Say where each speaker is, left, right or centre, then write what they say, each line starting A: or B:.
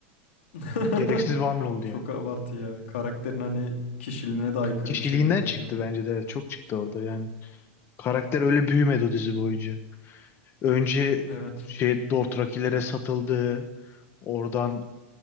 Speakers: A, on the left; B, on the left.
A: <laughs>
B: gereksiz bir hamle oldu
A: çok
B: yani.
A: abartı ya. Karakterin hani kişiliğine de aykırı
B: Kişiliğinden
A: bir şeydi bence
B: çıktı
A: o.
B: bence de evet çok çıktı orada yani. Karakter öyle büyümedi o dizi boyunca. Önce
A: Evet.
B: şey Dothrakilere satıldı. Oradan